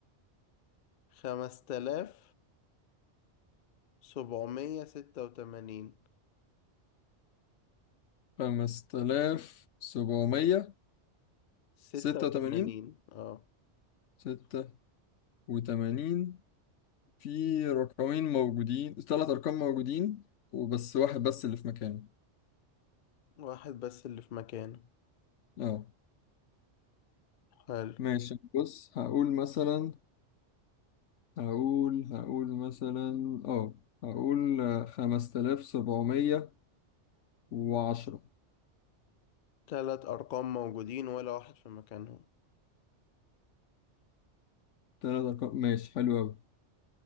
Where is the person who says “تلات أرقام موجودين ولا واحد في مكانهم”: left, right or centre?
Left